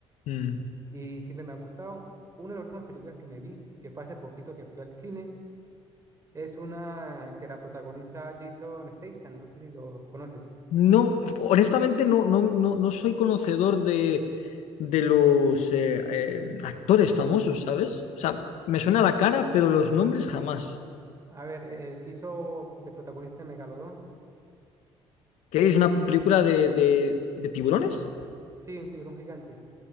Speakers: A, on the left (about 80°); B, on the right (about 25°).
A: Mm.
B: y siempre me ha gustado. Una de las últimas películas que me vi, que fue hace poquito que fui al cine, es una que la protagoniza Jason Statham, no sé si lo conoces.
A: No, honestamente no, no, no, no soy conocedor de, de los eh, eh, actores famosos, ¿sabes? O sea, me suena la cara, pero los nombres jamás.
B: A ver, el que hizo de protagonista en Megalodón,
A: ¿Qué es una película de, de, de tiburones?
B: sí, un tiburón gigante.